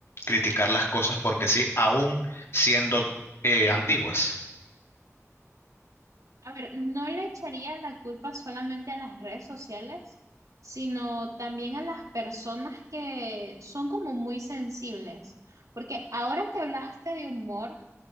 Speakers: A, on the left; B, on the right.
A: criticar las cosas porque sí, aún siendo eh, antiguas?
B: A ver, no le echaría la culpa solamente a las redes sociales, sino también a las personas que son como muy sensibles. Porque ahora que hablaste de humor,